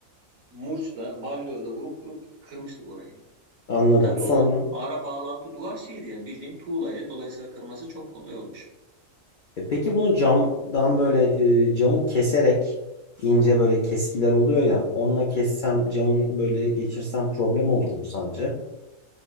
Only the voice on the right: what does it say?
murçla balyozla vurup vurup kırmıştık orayı.
Tabii
o ara bağlantı duvar şeydi yani bildiğin tuğlaydı. Dolayısıyla kırması çok kolay olmuştu.